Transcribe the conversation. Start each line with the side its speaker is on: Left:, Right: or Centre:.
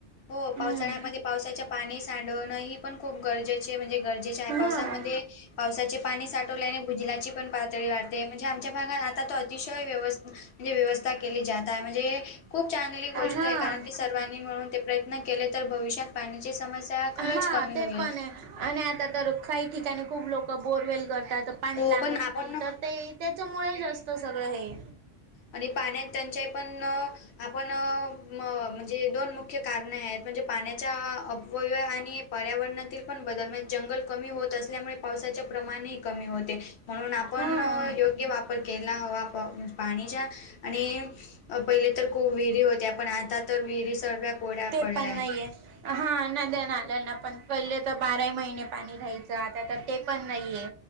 Left: हो
Right: हम्म
Left: पावसाळ्यामध्ये पावसाच्या पाणी सांडवणं ही पण खूप गरजेचं म्हणजे गरजेच्या
Right: हा
Left: पावसामध्ये पावसाचे पाणी साठवल्याने भुजलाची पण पातळी वाढते म्हणजे आमच्या भागात आता त अतिशय व्यवस् म्हणजे व्यवस्था केली जात आहे म्हणजे खूप चांगली गोष्ट
Right: हा
Left: आहे कारण की स म्हणून ते प्रयत्न केले तर भविष्यात पाण्याची समस्या खरंच
Right: हा
Left: कमी
Right: ते
Left: होईल.
Right: पण आहे आणि आता तर काही ठिकाणी खूप लोक बोरवेल करतात पाणी
Left: हो,
Right: लागत
Left: पण आपण
Right: नाही तर ते त्याच्यामुळे जास्त सगळं हे
Left: आणि पाण्यात त्यांच्याही पण आपण म्हणजे दोन मुख्य कारणे आहेत म्हणजे पाण्याच्या अपव्य आणि पर्यावरणातील पण बदल म्हणे जंगल कमी होत असल्यामुळे पावसाचे प्रमाणही कमी होते म्हणून आपण
Right: हा
Left: योग्य वापर केला हवा पाणी आणि पहिले तर कोविड विरी होत्या पण आता तर विहिरी सर्व्या कोड्या
Right: ते
Left: पडल्या
Right: पण
Left: आहेत
Right: नाहीये हा नद्या नाल्याना पण पहिले तर बाराही महिने पाणी रा्याहायचं आता तर ते पण नाहीये